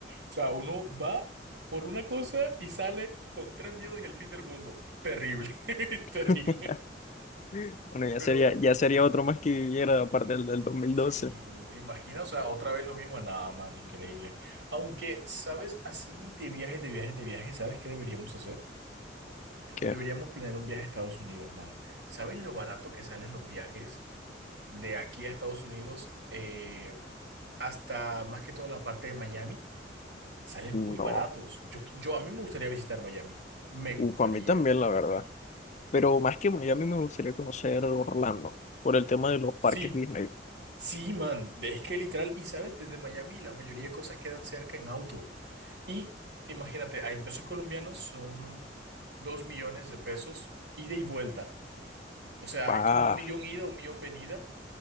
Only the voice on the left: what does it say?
<laughs>
Bueno, ya
sería, ya sería otro más que viviera aparte del del dos mil
doce
¿Qué?
No,
uf, a mí también, la verdad. Pero más que Miami me gustaría conocer Orlando por el tema de los
parques Disney.
Ah,